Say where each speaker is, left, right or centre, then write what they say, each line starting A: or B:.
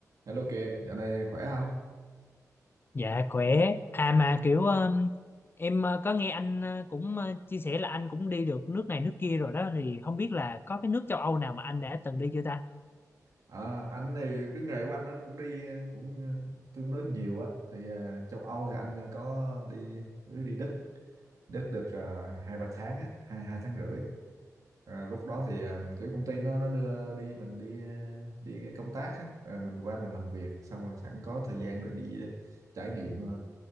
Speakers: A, on the right; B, on the left.
A: Hello Kiệt, dạo này khỏe không?
B: Dạ khỏe. À mà kiểu um, em uh, có nghe anh uh, cũng uh, chia sẻ là anh cũng đi được nước này nước kia rồi đó thì không biết là có cái nước châu Âu nào mà anh đã từng đi chưa ta?
A: À, anh thì cái nghề của anh nó cũng đi ờ, cũng ờ, tương đối nhiều á. Thì ờ, châu Âu thì anh ờ, có đi đi Đức, Đức được ờ, hai ba tháng á, hai hai tháng rưỡi. Ờ, lúc đó thì ờ, kiểu công ty nó nó đưa đi mình đi ờ, đi cái công tác á, rồi mình qua mình làm việc, xong rồi sẵn có thời gian rồi đi ờ, trải nghiệm ờ,